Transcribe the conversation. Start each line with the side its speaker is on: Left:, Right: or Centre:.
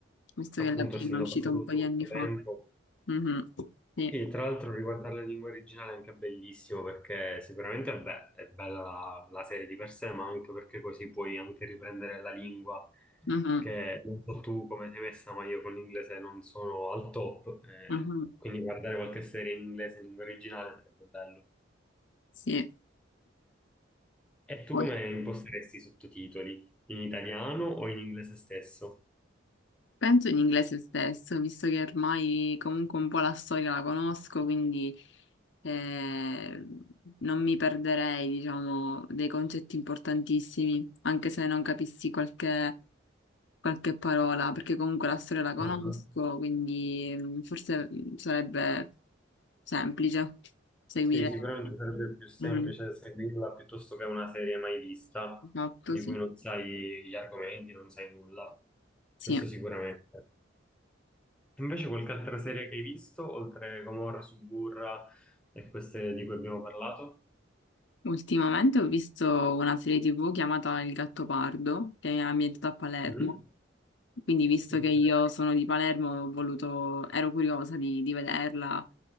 Left: visto
Centre: appunto,
Left: che la prima
Centre: essendo
Left: è uscita
Centre: passato
Left: un
Centre: tutto
Left: po' di
Centre: questo
Left: anni fa.
Centre: tempo.
Left: Mhm. Sì,
Centre: Sì, tra l'altro riguardare la lingua originale è anche bellissimo perché sicuramente vabbè, è bella la, la serie di per sé, ma anche perché così puoi anche riprendere la lingua
Left: Mhm.
Centre: che non so tu come sei messa, ma io con l'inglese non sono al top, eh,
Left: Mhm.
Centre: quindi guardare qualche serie in inglese in lingua originale sarebbe bello.
Left: Sì.
Centre: E tu
Left: Poi-
Centre: come imposteresti i sottotitoli? In italiano o in inglese stesso?
Left: Penso in inglese stesso, visto che ormai comunque un po' la storia la conosco, quindi eh, non mi perderei, diciamo, dei concetti importantissimi, anche se non capissi qualche, qualche parola, perché comunque la storia la conosco,
Centre: Ah.
Left: quindi mm, forse mm, sarebbe semplice seguire
Centre: Sì, sicuramente sarebbe più semplice
Left: un
Centre: seguirla piuttosto che una serie mai vista,
Left: fatto,
Centre: di
Left: sì.
Centre: cui non sai gli argomenti, non sai nulla.
Left: Sì.
Centre: Questo sicuramente. Invece qualche altra serie che hai visto, oltre Gomorra, Suburra e queste di cui abbiamo parlato?
Left: Ultimamente ho visto una serie TV chiamata Il Gattopardo, che è ambientata a Palermo.
Centre: Mm?
Left: Quindi, visto
Centre: Ok.
Left: che io sono di Palermo, ho voluto, ero curiosa di, di vederla